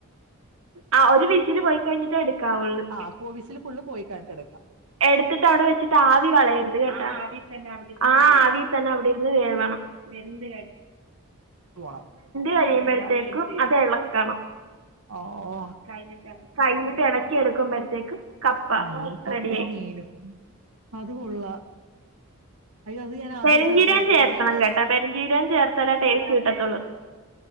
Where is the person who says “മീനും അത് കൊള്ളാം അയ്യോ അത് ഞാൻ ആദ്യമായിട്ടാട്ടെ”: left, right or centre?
Right